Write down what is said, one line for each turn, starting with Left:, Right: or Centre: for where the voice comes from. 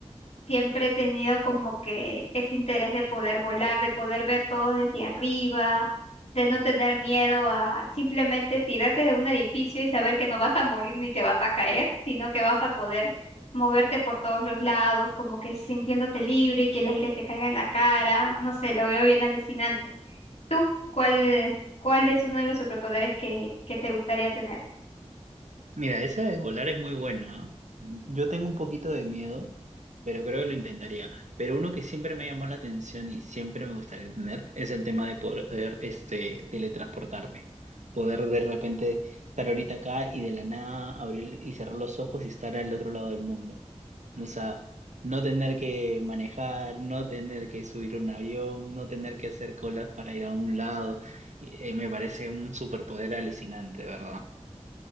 Left: Siempre he tenido como que ese interés de poder volar, de poder ver todo desde arriba, de no tener miedo a simplemente tirarte de un edificio y saber que no vas a morir ni te vas a caer, sino que vas a poder moverte por todos los lados, como que sintiéndote libre y que el aire te caiga en la cara. No sé, lo veo bien alucinante. ¿Tú cuál, cuál es uno de los superpoderes que, que te gustaría tener?
Right: Mira, esa de volar es muy bueno, ¿ah? Yo tengo un poquito de miedo, pero creo que lo intentaría. Pero uno que siempre me llamó la atención y siempre me gustaría tener es el tema de poder, este, teletransportarme. Poder de repente estar ahorita acá y de la nada abrir y cerrar los ojos y estar al otro lado del mundo. O sea, no tener que manejar, no tener que subir un avión, no tener que hacer colas para ir a un lado. Y, eh, me parece un superpoder alucinante, de ¿verdad?